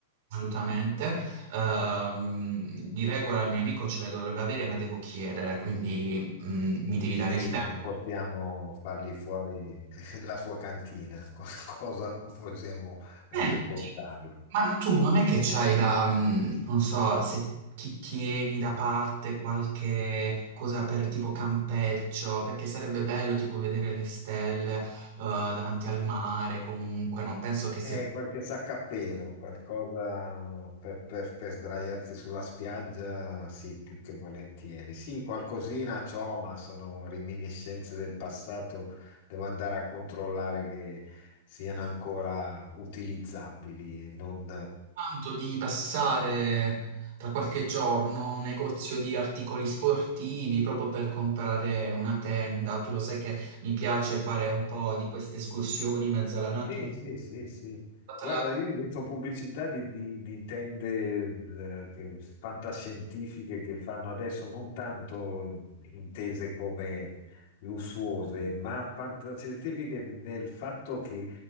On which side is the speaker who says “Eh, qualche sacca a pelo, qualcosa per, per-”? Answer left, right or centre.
Left